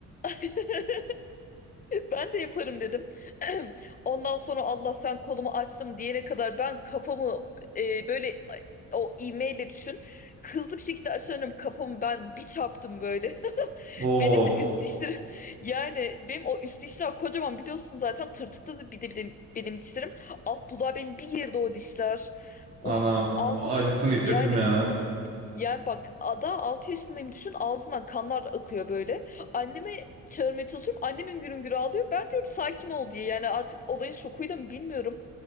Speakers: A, on the left; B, on the right.
A: dedi. Ben de yaparım dedim. <clears throat> Ondan sonra Allah sen kolumu açtım diyene kadar ben kafamı e, böyle o ivmeyle düşün. Hızlı bir şekilde aşarım kafamı ben bir çarptım böyle. <laughs>
B: Of
A: Benim de üst dişlerim yani benim o üst dişler kocaman biliyorsun zaten tırtıklı bir de, bir de benim dişlerim. Alt dudağı benim bir girdi o dişler. Uf
B: anam.
A: ağzım
B: O acısını hissettim
A: yani
B: yani.
A: yani bak ada 6 yaşındayım düşün ağzımdan kanlar akıyor böyle. Anneme çağırmaya çalışıyorum. Annem hüngür hüngür ağlıyor. Ben diyorum sakin ol diye. Yani artık olayın şokuyla mı bilmiyorum.